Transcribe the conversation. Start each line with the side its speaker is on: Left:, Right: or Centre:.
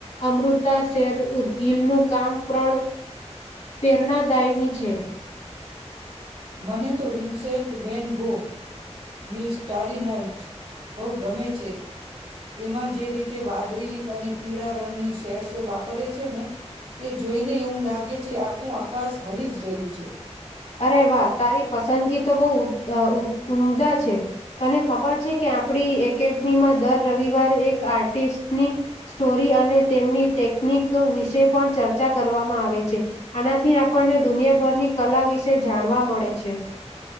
Left: અમૃતા શેર અ ગીલનું કામ પ્રણ પ્રેરણાદાયની છે.
Right: મને તો વિન્સેન્ટ વેન ગો ની સ્ટારી નાઇટ બહુ ગમે છે. એમાં જે રીતે વા દરી અને પીળા રંગની શેટ્સ વાપરીએ છે ને, એ જોઈને એવું લાગે છે, આખું આ કાશ હલી જ રહ્યું છે.
Left: અરે વાહ! તારી પસંદગી તો બહુ ઉદ અ ઉદ ઉમદા છે! તને ખબર છે કે આપણી એકેડમીમાં દર રવિવારે એક આર્ટિસ્ટની સ્ટોરી અને તેમની ટેકનિક વિશે પણ ચર્ચા કરવામાં આવે છે. આનાથી આ આપણને દુનિયાભરની કલા વિશે જાણવા મળે છે.